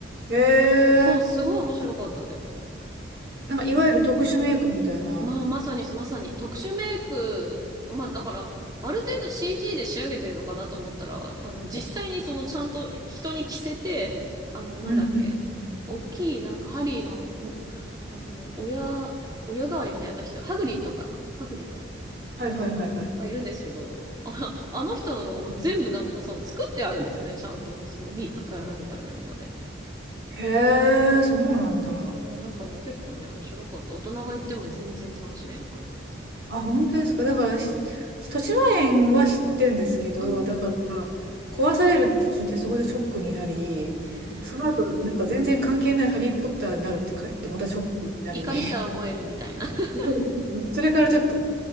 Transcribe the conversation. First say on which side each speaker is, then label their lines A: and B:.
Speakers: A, on the right; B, on the right.
A: ええ
B: そう、すごい面白かったです。
A: なんかいわゆる特殊メイクみたいな。
B: まあ、まさに、まさに、特殊メイク、まあ、だから、ある程度 CG で仕上げてるのかなと思ったら、あの、実際にその、ちゃんと人に着せて、あの、なんだっけ、
A: うんうんうんうん。
B: 大きい、なんか、ハリーの、んあの、親、親代わりみたいな人、ハグリッドかなハグリッド
A: はいはいはいはい。
B: が、がいるんですけど、あ、あの人のとかも全部なんかもう、その、作ってあるんですよね、ちゃんと。その、ウィッグから何から何まで。
A: へえ、そうなんだ。
B: そうなんかね、結構ね、面白かった。大人が行っても全然楽しめる感じでした。
A: あ、本当ですか。だから、し豊島園は知ってんですけど、
B: うん
A: だから、壊されるって聞いて、そこでショックになり、
B: ねえ
A: その後、なんか全然関係ないハリー・ポッターになるって言って、
B: うん。
A: またショックになり、
B: 怒りさえ覚えるみたいな。<laughs>
A: <laughs> それからちょっと、